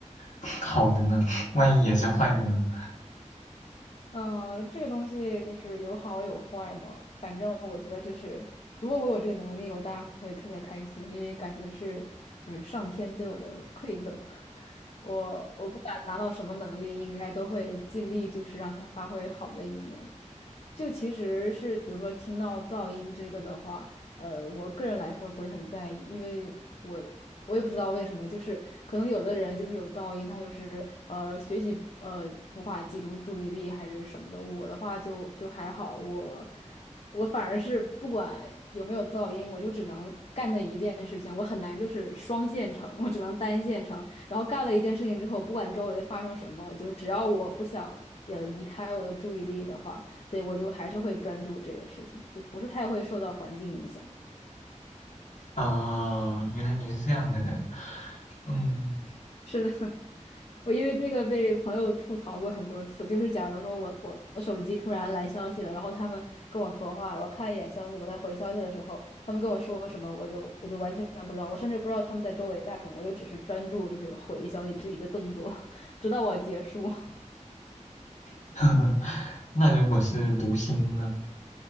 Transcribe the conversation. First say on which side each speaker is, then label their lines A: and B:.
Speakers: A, on the left (about 75°); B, on the left (about 50°).
A: <laughs> 好的呢？<laughs> 万一也是坏的呢？
B: 嗯，这个东西就是有好有坏嘛。反正我觉得这是，如果我有这个能力，我当然会特别开心，因为感觉是就是上天对我的馈赠。<laughs> 我我不管拿到什么能力，应该都会尽力就是让它发挥好的一面。就其实是，比如说听到噪音这个的话，呃，我个人来说不是很在意，因为我我也不知道为什么，就是可能有的人就是有噪音，他就是呃学习呃无法集中注意力还是什么的。我的话就就还好，我我反而是不管有没有噪音，我就只能干那一件事情，我很难就是双线程，我只能单线程。然后干了一件事情之后，不管周围发生什么，就是只要我不想呃移开我的注意力的话。对，我就还是会专注这个事情，就不是太会受到环境影响。
A: 啊，原来你是这样的人，嗯，
B: 是的，<laughs> 我因为这个被朋友吐槽过很多次，就是假如说我我我手机突然来消息了，然后他们跟我说话，然后看一眼消息，我在回消息的时候，他们跟我说什么，我就我就完全不知道，我甚至不知道他们在周围干什么，我就只是专注就是回消息这一个动作，<laughs> 直到我结束。<laughs>
A: <laughs> 那如果是读心呢？